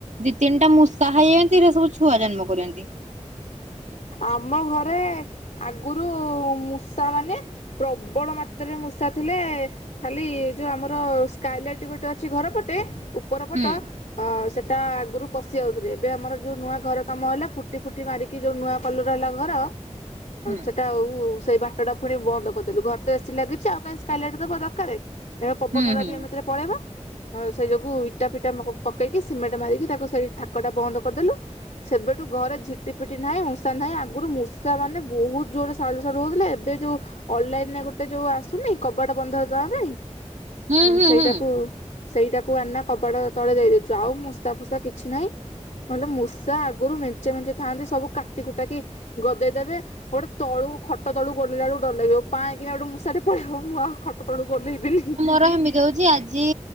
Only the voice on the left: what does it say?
ଆମ ଘରେ ଆଗରୁ ମୂଷା ମାନେ ପ୍ରବଳ ମାତ୍ରାରେ ମୂଷା ଥିଲେ। ଖାଲି ଯୋଉ ଆମର ସ୍କାଇଲାଇଟ ଗୋଟେ ଅଛି ଘର ପଟେ ଉପର ପଟ
ଅ ସେଟା ଆଗରୁ ପଶି ଯାଉଥିଲେ ଏବେ ଆମର ଯୋଉ ନୂଆ ଘର କାମ ହେଲା ପୁଟି ଫୁଟି ମାରିକି ଯୋଉ ନୂଆ କଲର ହେଲା ଘର
ସେଟା ଆଉ ସେଇ ବାଟ ପୁଣି ବନ୍ଦ କରିଦେଲୁ ଘର ତ ଏସି ଲାଗିଛି ଆଉ କାହିଁ ସ୍କାଇଲାଇଟ୍ ଦବାଦରକାରେ। ଏବେ ପବନରେ
ବି ଏମିତିରେ ପଳେଇବ। ହଁ ସେ ଯୋଗୁ ଇଟା ଫିଟା ପକେଇକି ସିମେଣ୍ଟ ମାରିକି ତାକୁ ସେଇ ଠାକଟା ବନ୍ଦ କରିଦେଲୁ। ସେବେଠୁ ଘରେ ଝିପ୍, ଝିଟିପିଟି ନାହିଁ ମୂଷା ନାହିଁ ଆଗରୁ ମୂଷାମାନେ ବହୁତ୍ ଜୋରରେ ସାଲୁସାଲୁ ହଉଥିଲେ ଏବେ ଯଉ ଅଲଲାଇନରେ ଗୋଟେ ଯୋଉ ଆସୁନି କବାଟ ବନ୍ଧ ଦବା ପାଇଁ ଉଁ
ସେଇଟାକୁ
ସେଇଟାକୁ ଆନା କବାଡ ତଳେ ଦେଇଦଉଛୁ ଆଉ ମୂଷା ଫୂଷା କିଛି ନାହିଁ। ନହେଲେ ମୂଷା ଆଗରୁ ମେଞ୍ଚେ ମେଞ୍ଚେ ଥାଆନ୍ତି ସବୁ କାଟି କୁଟାକି ଗଦେଇଦେବେ। ଗୋଟେ ତଳୁ ଖଟ ତଳୁ ଗୋଡ ଦେଲାବେଳକୁ ଡର ଲାଗିବ ପାଏଁକିନା ଗୋଟେ ମୂଷା ପଳେଇବ ମୁଁ ଆଉ। ଖଟ ତଳକୁ ଓହ୍ଲେଇବିନି।